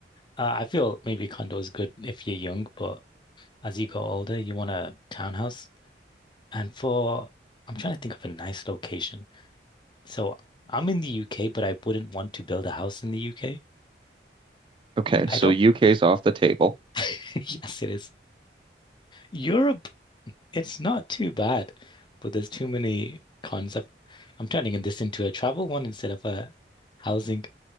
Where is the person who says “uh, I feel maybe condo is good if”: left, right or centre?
Left